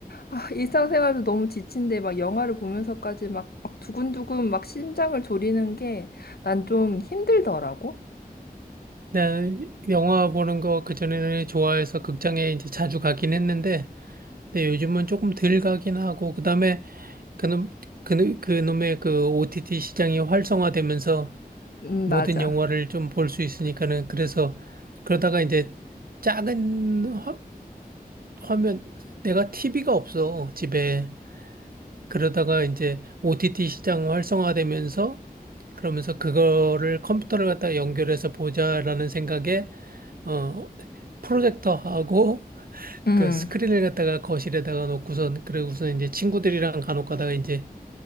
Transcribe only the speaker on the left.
아, 일상생활도 너무 지친데 막 영화를 보면서까지 막, 막 두근두근 막 심장을 졸이는 게 난 좀 힘들더라고.
음,
맞아.
음.